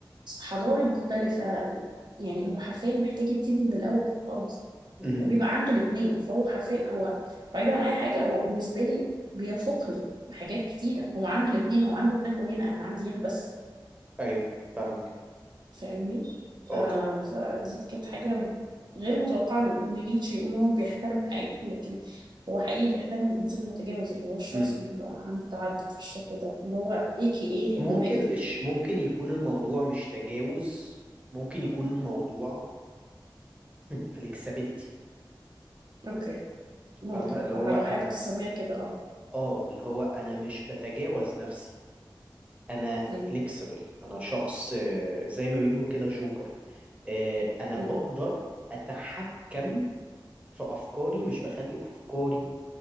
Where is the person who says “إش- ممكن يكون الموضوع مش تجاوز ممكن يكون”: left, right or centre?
Right